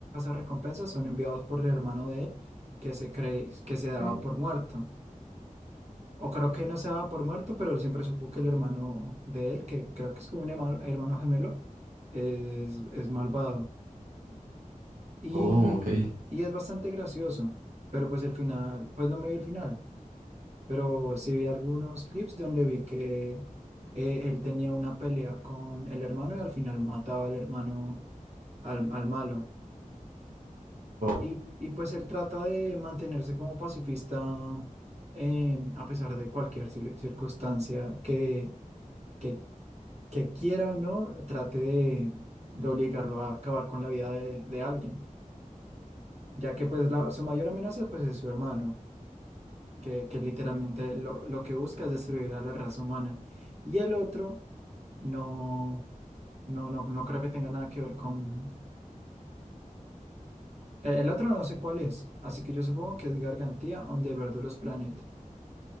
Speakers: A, on the right; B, on the right.
A: recompensas son enviados por el hermano de él que se cree que se daba
B: Eh,
A: por muerto. O creo que no se daba por muerto, pero él siempre supo que el hermano de él, que creo que es como un herma- hermano gemelo, es, es malvado. Y,
B: oh, ok.
A: y es bastante gracioso, pero pues el final, pues no me vi el final, pero sí vi algunos clips donde vi que eh, él tenía una pelea con el hermano y al final mataba al hermano, al, al malo.
B: Ok.
A: Y, y pues él trata de mantenerse como pacifista em, a pesar de cualquier cir- circunstancia que, que, que quiera o no, trate de, de obligarlo a acabar con la vida de, de alguien, ya que pues la- su mayor amenaza pues es su hermano. que, que literalmente lo, lo que busca es destruir a la raza humana. Y el otro, no, no, no, no creo que tenga nada que ver con... eh, El otro no sé cuál es, así que yo supongo que es Gargantia on the Verduros Planet.